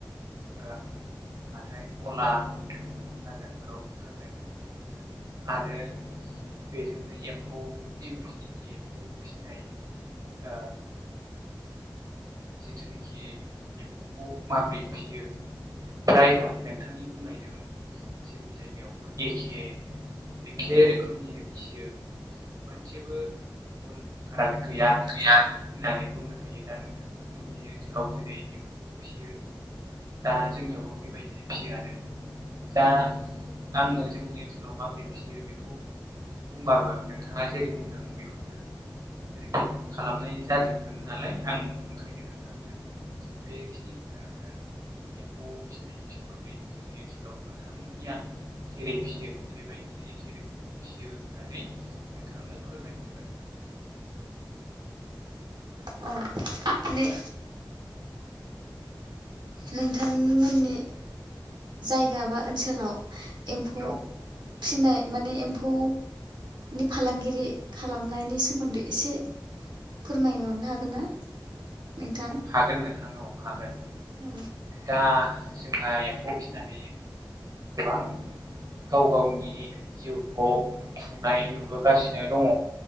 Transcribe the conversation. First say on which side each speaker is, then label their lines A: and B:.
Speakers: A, on the right; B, on the right.
A: हाथथाय गलाादफोराव फाननायखौ नुनो मोनो। आरो बेजोंनो एम्फौ इन्दि एम्फौ फिसिनाय ओ जिथुनाखि एम्फौखौ माबोरै फियो फ्राय नोंथांनि बुंनायजों जोंनि जायगायावबो एखे एखे रोखोमनि फियो मोनसेेबो गुबुन फाराग गैया
B: गैया।
A: होननानै बुंनो हायो दा नोंथांमोननि ओनसोलाव जेरै एम्फौखौ फिसियो दा जोंनियावबो बेबायदिनो फियो आरो। दा आङो जोंनि ओनसोलाव माबोरै फिसियो बेखौ हबाबो नोंथाङा जेरै बुंदों बेखौनो रिपिक खालामनाय जाजोबगोन नालाय आं ओंखायनो नोंथांनो बेखिनिखौनो आङो एम्फौ फिसिनायनि सोमोन्दै जोंनि ओनसोलाव नोंथांमोननिया जेरै फिसियो बेबायदिनो फियो होननानै नोंथांनो फोरमायबाव
B: अ माने नोंथांमोननि जायगा बा ओनसोलाव एम्फौ
A: औ
B: फिनाय माने एम्फौ नि फालांगिरि खालामनायनि सोमोन्दै एसे फोरमायहरनो हागोन ना? नोंथां?
A: हागोन नोंथां औ हागोन
B: औ
A: दा जोंहा एम्फौ फिसिनानै गोबां गाव गावनि जिउखौ खुंनाय नुबोगासिनो दङ